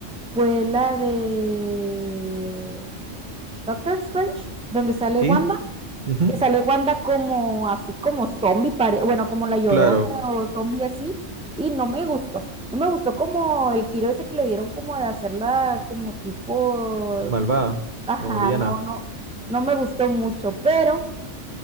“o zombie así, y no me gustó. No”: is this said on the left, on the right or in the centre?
Centre